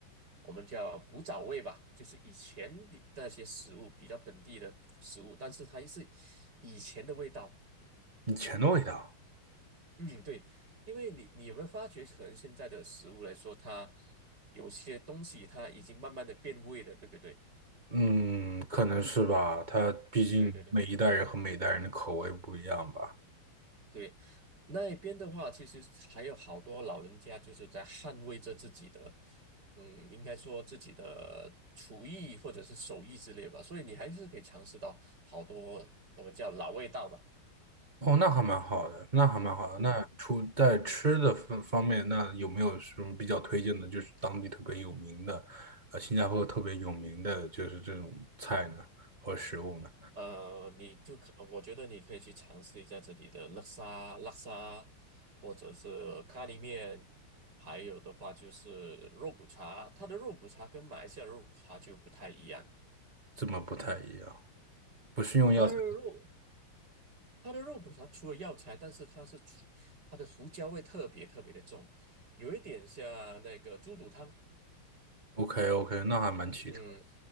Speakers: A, on the right; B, on the right.
A: 我们叫古早味吧，就是以前的那些食物比较本地的食物，但是它是以前的味道。
B: 以前的味道，
A: 嗯，对，因为你你有没有发觉，可能现在的食物来说，它有些东西它已经慢慢的变味了，对不对？
B: 嗯，可能是吧。他毕竟每一代人和每一代人的口味不一样吧。
A: 对对对对，那一边的话，其实还有好多老人家就是在捍卫着自己的，嗯，应该说自己的厨艺或者是手艺之类吧，所以你还是可以尝试到好多我们叫老味道吧。
B: 哦，那还蛮好的，那还蛮好的。
A: 嗯哼。
B: 那除在吃的方方面，那有没有什么比较推荐的，就是当地特别有名的，呃，新加坡特别有名的就是这种菜呢，和食物呢？
A: 呃，你就可，我觉得你可以去尝试一下这里的叻沙、叻沙，或者是咖喱面，还有的话就是肉骨茶。它的肉骨茶跟马来西亚的肉骨茶就不太一样，
B: 这么不太一样，不是用药材。
A: 它的肉它的肉骨茶除了药材，但是它是除它的胡椒味特别特别的重，有一点像那个猪肚汤。
B: OK OK，那还蛮奇特。
A: 嗯，